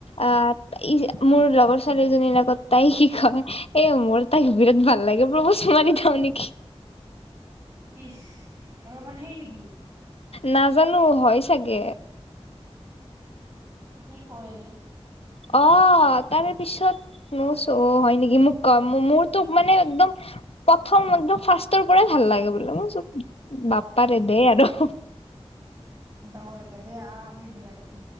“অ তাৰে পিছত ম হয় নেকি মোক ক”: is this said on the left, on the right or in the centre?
Left